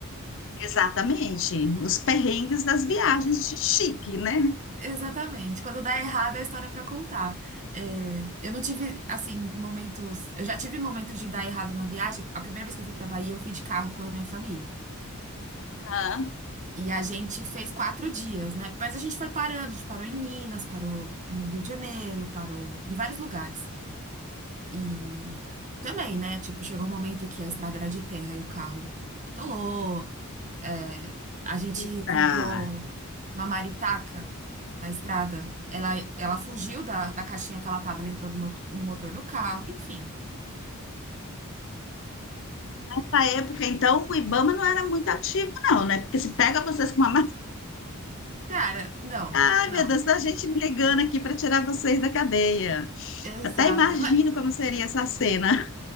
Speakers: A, on the left (about 60°); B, on the right (about 35°).
A: Exatamente, os perrengues das viagens de chique, né?
B: Exatamente. Quando dá errado, a história é pra contar. É, eu não tive, assim, momentos. Eu já tive momentos de dar errado na viagem. A primeira vez que eu fui pra Bahia, eu fui de carro com a minha família.
A: Ah,
B: E a gente fez quatro dias, né? Mas a gente foi parando. A gente parou em Minas, parou no Rio de Janeiro, parou em vários lugares. E também, né? Tipo, chegou um momento que a estrada era de terra e o carro atolou. É, a gente
A: Eita.
B: comprou uma maritaca na estrada. Ela, ela fugiu da, da caixinha que ela tava, ela entrou no, mot- no motor do carro, enfim.
A: Nessa época, então, o Ibama não era muito ativo, não, né? Porque se pega vocês com uma
B: Cara, não,
A: Ai,
B: não.
A: meu Deus, a gente me ligando aqui para tirar vocês da cadeia.
B: Exato.
A: Até imagino
B: Mas,
A: como seria essa cena.